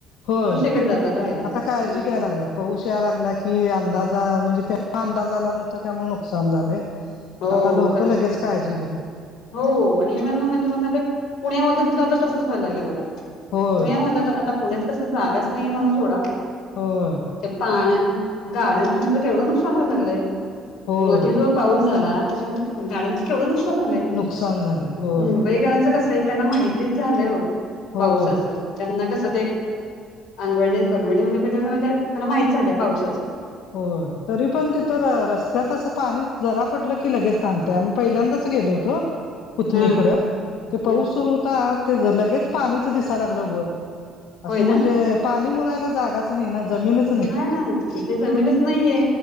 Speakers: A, on the left; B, on the left.
A: होय
B: दुसरीकडे जातात राहायला
A: आता का काळजी घ्याय लागल्यात पाऊस या लागला की अंदाज म्हणजे ते अंदाज आला नव्हता त्यामुळे नुकसान झाले
B: हो
A: आता लोक
B: खरंच
A: लगेच
B: आहे
A: काळजी घेतील
B: हो आणि एव्हन म्हणजे म्हण ते पुण्यामध्ये सुद्धा आता तसच व्हायला लागले बघा
A: होय
B: पुण्यामध्ये आता पुण्यात कस जागाच नाहीे म्हणून सोडा
A: होय
B: ते पाण्या गाड्यांच माझ केवढ नुकसान व्हायला लागलय
A: होय.
B: मध्ये जो पाऊस झाला त्याच्यामध्ये गाड्यांच केवढ नुकसान झालय
A: नुकसान झाले.
B: हम
A: होय,
B: बैलगाड्या च कस ते त्यांना माहितीच झाल हो
A: होय,
B: पावसाच त्यांना कस ते अंघोळ अंघोळली म्ह त्यांना माहित झाल पावसाच
A: हो तरी पण तिथ रस्त त्यात अस पाणी जरा पडल की लगेच थांबतय आम्ही पहिल्यांदाच गेलो होतो पुतनीकड
B: हा
A: ते पाऊस
B: हा
A: सुरू होता ते लगेच पाणीच दिसाय लागल वर
B: होय
A: अस
B: ना
A: म्हणजे पाणी मुरायला जागाच नाही ना जमीनच
B: नाही ना तिथे जमीनच नाहीये